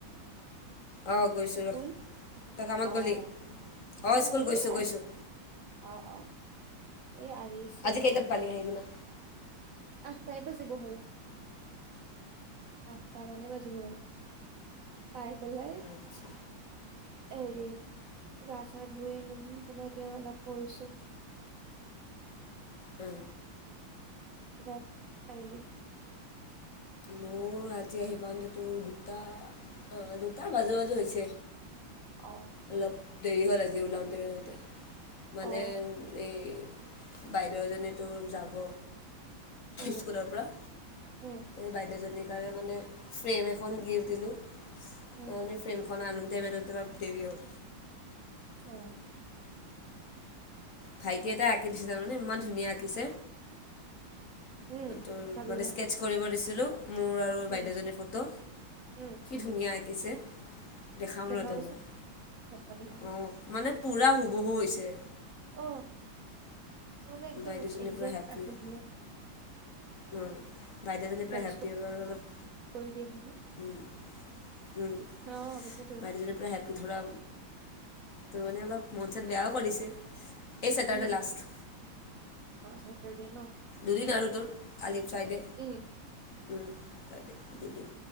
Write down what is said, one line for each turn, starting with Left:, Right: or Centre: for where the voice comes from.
Left: অঁ গৈছোঁ
Right: স্কুল,
Left: ৰ তই কামত
Right: অ',
Left: গ'লি অঁ
Right: অ',
Left: স্কুল
Right: গ'লোয়েই
Left: গৈছোঁ গৈছোঁ
Right: আ অ', অ', এ আহিছোহে
Left: আজি কেইটাত
Right: আহি
Left: পালি
Right: পেলাই।
Left: কিনে?
Right: আঠটাই বাজিব হ'ল, আঠটা মানে বাজিব হ'ল। পাই পেলাই।
Left: আচ্ছা
Right: হেৰি, গা চা ধুই মেলি পেলাই তেওঁ অলপ পৰিছোঁ।
Left: উম।
Right: <unintelligible> আহিলি।
Left: মোৰ ৰাতি আহি পাওঁতে তোৰ দুটা অ' দুটা বাজু বাজু হৈছে।
Right: অ'।
Left: অলপ দেৰি হ'ল আজি ওলাওঁতে ওলাওঁতে মানে
Right: অ
Left: এই বাইদেউ এজনীতো যাব,
Right: উম
Left: স্কুলৰ পৰা।
Right: উম।
Left: এই বাইদেউজনীৰ কাৰণে মানে ফ্ৰেম এখন গিফ্ট দিলোঁ
Right: উম
Left: ফ্ৰেমখন আনোঁতে মেলোতে অলপ দেৰি হ'ল।
Right: অঁ
Left: ভাইটি এটাই আঁকি দিছে জাননে? ইমান ধুনীয়া আঁকিছে।
Right: উম
Left: তোৰ
Right: দেখাবি
Left: মানে
Right: মোক
Left: স্কেটছ কৰিব দিছিলো, মোৰ আৰু বাইদেউজনীৰ
Right: উম
Left: ফটো।
Right: উম
Left: ধুনীয়া আঁকিছে, দেখাম
Right: দেখাবিচোন
Left: ৰ তোক মই,
Right: দেখাবি মোক
Left: অঁ। মানে পূৰা হুবহু হৈছে।
Right: অ, কিছুমানে একদম
Left: বাইদেউজনী
Right: একজেক্ট
Left: পুৰা হেপী
Right: আকি
Left: অ'
Right: দিয়ে।
Left: <unintelligible> বাইদেউজনী পুৰা
Right: কেটচ
Left: হেপ্পী হ'ব আৰু অলপ।
Right: কৰি দিয়ে মানে
Left: উম, উম।
Right: অ তাকেতো
Left: বাইদেউজনী পুৰা হেপ্প ধৰা তোৰ মানে অলপ মন চন বেয়াও কৰিছে। এই চেটাৰডে
Right: উম
Left: লাষ্ট।
Right: অ চেটাৰডে ন
Left: দুদিন আৰু আ লেফ চাইডে,
Right: উম
Left: উম। <unintelligible> দুদিন